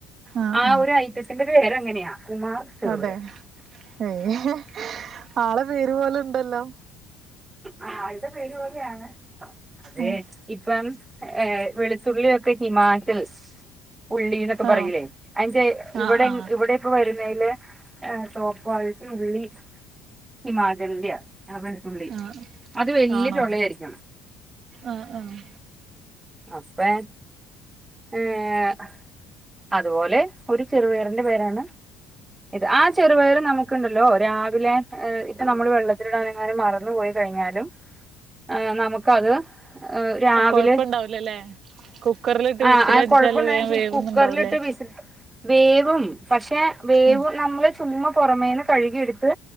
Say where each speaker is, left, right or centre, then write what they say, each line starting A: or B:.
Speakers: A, on the right (about 50°); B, on the right (about 15°).
A: ആഹ്
B: ആ
A: ആഹ്
B: ഒരു ഐറ്റത്തിന്റെ പേരങ്ങനെയാ കുമാർ ചെറുപയർ
A: അതെ ഏഹ് ആളെ പേര് പോല്ണ്ടല്ലോ?
B: ആ ആൾടെപേര്പോലെയാണ് അതെ
A: ഉം
B: ഇപ്പം ഏഹ് വെളുത്തുള്ളിയൊക്കെ ഹിമാചൽ ഉള്ളിന്നൊക്കെ പറയൂലേ
A: ഓഹ്
B: അയിന്റെ ഇവിടെ
A: ആഹ് ആഹ്
B: ഇവിടെ ഇപ്പ വരുന്നെയില് ഏഹ് സോപ്പോയിട്ട് ഉള്ളി ഹിമാചൽന്റെയാ. ആ വെളുത്തുള്ളി.
A: ആഹ്
B: അത് വെല്ല്യ
A: ആണോ
B: ചൊളയായിരിക്കും.
A: ആഹ് ആഹ്.
B: അപ്പേ ഏഹ് അതുപോലെ ഒരു ചെറുപയറിന്റെ പേരാണ് ഇത് ആ ചെറുപയറ് നമു ക്ക്‌ണ്ടല്ലോ രാവിലെ ഏ ഇപ്പ നമ്മള് വെള്ളത്തിലിടാനെങ്ങാനും മറന്നു പോയി കഴിഞ്ഞാലും ആ നമുക്കത് ഏഹ് രാവിലെ
A: കൊഴപ്പണ്ടാവില്ലലേ കുക്കറിലിട്ട്
B: ആഹ്
A: വിസിലടിച്ചാല്
B: ആ കൊഴപ്പുണ്ടായെന്ന്
A: വേം വേവ്ന്ന്ണ്ടാവല്ലേ?
B: വെച്ചാ കുക്കറിലിട്ട് വിസിൽ വേവും പക്ഷെ വേവും
A: ഉം
B: നമ്മള് ചുമ്മ പൊറമേന്ന് കഴുകിയെടുത്ത്